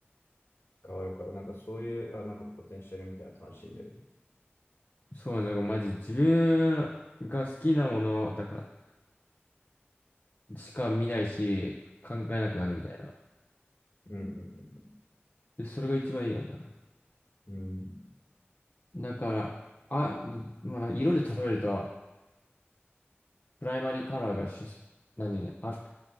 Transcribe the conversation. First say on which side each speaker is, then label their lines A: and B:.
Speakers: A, on the left (about 70°); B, on the left (about 45°).
A: 変わるから、なんかそういう、あ、なんかポテンシャルみたいなの楽しいんで
B: そうなんかマジ自分が好きなものだからしか見ないし考えなくなるみたいな。
A: うん、
B: で、それが一番いいよな。
A: うん、うん。
B: だから、あ、まあ、色で例えると、プライマリーカラーがし、何、赤、